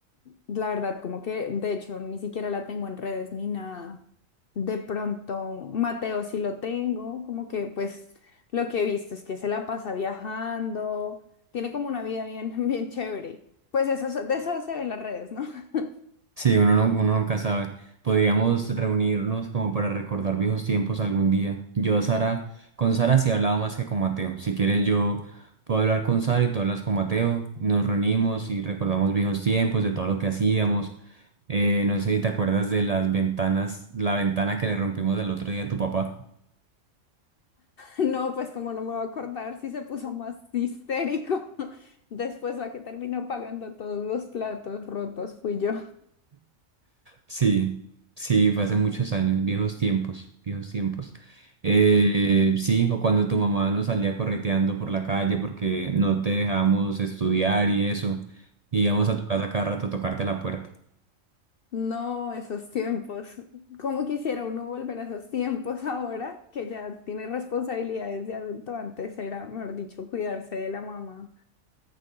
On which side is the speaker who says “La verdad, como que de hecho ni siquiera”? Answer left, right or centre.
Left